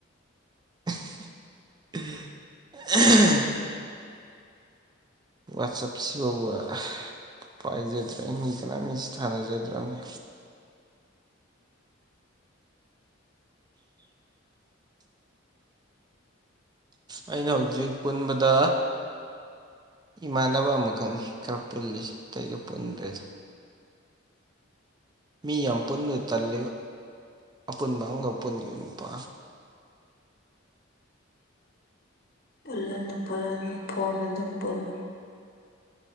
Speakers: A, on the right; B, on the left.
A: <unintelligible> ꯋꯥꯠꯆꯞꯁꯤꯕꯧꯕ ꯄꯥꯏꯖꯗ꯭ꯔꯥ ꯃꯤ ꯀꯅꯥ ꯃꯤꯁꯤ ꯊꯅꯖꯗ꯭ꯔꯥꯃꯤ ꯑꯩꯅ ꯍꯧꯖꯤꯛ ꯄꯨꯟꯕꯗ ꯏꯃꯥꯟꯅꯕ ꯑꯃꯈꯛꯅꯤ ꯈꯔ ꯄꯨꯜꯂꯤꯖꯦ ꯑꯇꯩꯗꯤ ꯄꯨꯟꯗ꯭ꯔꯦꯗ ꯃꯤ ꯌꯥꯝ ꯄꯨꯟꯕ ꯇꯜꯜꯂꯤꯕ ꯑꯄꯨꯟꯕ ꯑꯃꯒ ꯄꯨꯨꯟꯒꯤ ꯅꯨꯄꯥ
B: ꯄꯨꯜꯂꯨꯅ ꯄꯨꯜꯂꯅ ꯐꯣꯟ ꯑꯗꯨꯝ ꯄꯨꯜꯂꯨ